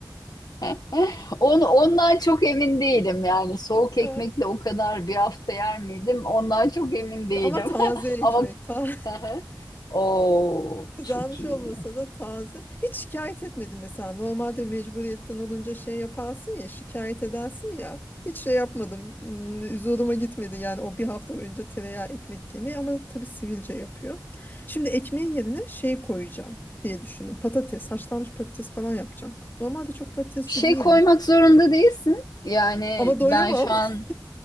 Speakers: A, on the left (about 60°); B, on the left (about 25°).
A: Eh, Onu, ondan çok emin değilim yani soğuk
B: Ha.
A: ekmekle o kadar bir hafta yer miydim ondan çok emin değilim
B: Ama taze
A: <laughs>
B: ekmek,
A: ama
B: ta
A: <laughs> o
B: <laughs> kızarmış
A: çok iyi.
B: olmasa da taze. Hiç şikayet etmedim mesela. Normalde mecburiyetten olunca şey yaparsın ya, şikayet edersin ya. Hiç şey yapmadım. Hmm, Zoruma gitmedi yani o bir hafta önce tereyağı ekmek yemeği ama tabii sivilce yapıyor. Şimdi ekmeğin yerine şey koyacağım diye düşündüm. Patates, haşlanmış patates falan yapacağım. Normalde çok patatesçi
A: Bir şey
B: değilim.
A: koymak zorunda değilsin yani
B: Ama doyamam.
A: ben şu an
B: <laughs>